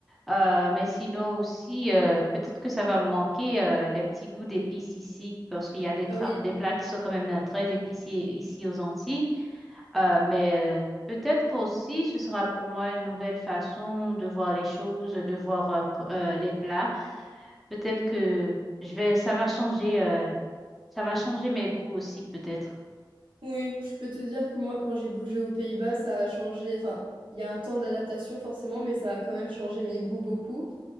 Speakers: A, in the centre; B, on the right.
A: Euh, mais sinon aussi, euh, peut-être que ça va me manquer euh, les petits goûts d'épices ici, parce qu'il y a des,
B: Ah
A: tra-
B: oui.
A: des plats qui sont quand même euh, très épicés ici aux Antilles. Euh, mais euh, peut-être qu'aussi, ce sera pour moi une nouvelle façon de voir les choses, de voir euh, co- euh, les plats. Peut-être que je vais, ça va changer, euh, ça va changer mes goûts aussi, peut-être.
B: Oui, je peux te dire que moi, quand j'ai bougé aux Pays-Bas, ça a changé. Enfin, il y a un temps d'adaptation forcément, mais ça a quand même changé mes goûts beaucoup.